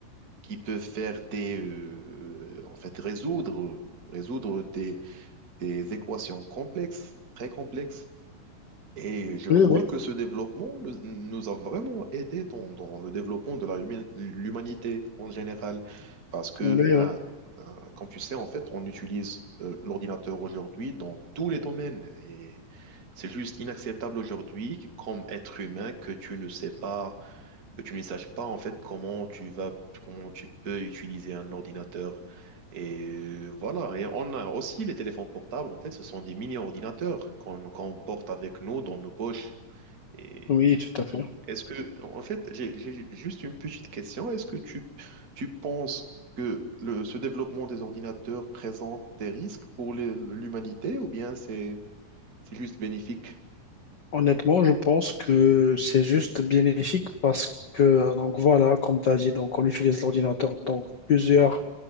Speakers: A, on the right; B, on the left.
A: qui peuvent faire des, euh, en fait, résoudre, résoudre des, des équations complexes, très complexes. Et je crois
B: Oui, oui,
A: que ce développement nous, nous a vraiment aidé dans, dans le développement de la huma- l'humanité en général. Parce que,
B: oui,
A: euh,
B: oui,
A: euh, comme tu sais, en fait, on utilise euh, l'ordinateur aujourd'hui dans tous les domaines. Et c'est juste inacceptable aujourd'hui, comme être humain, que tu ne sais pas que tu ne saches pas en fait comment tu vas, comment tu peux utiliser un ordinateur. Et euh, voilà. Et on a aussi les téléphones portables, en fait, ce sont des mini-ordinateurs qu'on qu'on porte avec nous dans nos poches. Et
B: oui, tout à fait.
A: est-ce que, en fait, j'ai j'ai juste une petite question. Est-ce que tu, tu penses que le, ce développement des ordinateurs présente des risques pour les- l'humanité ou bien c'est c'est juste bénéfique?
B: Honnêtement, je pense que c'est juste bénéfique parce que, euh, donc voilà, comme tu as dit, donc on utilise l'ordinateur dans plusieurs,